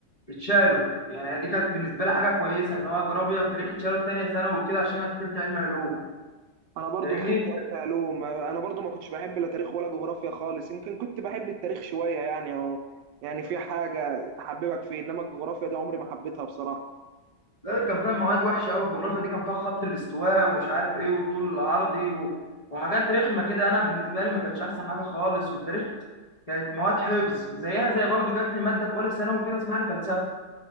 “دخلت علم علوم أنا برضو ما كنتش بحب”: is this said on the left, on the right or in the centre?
Right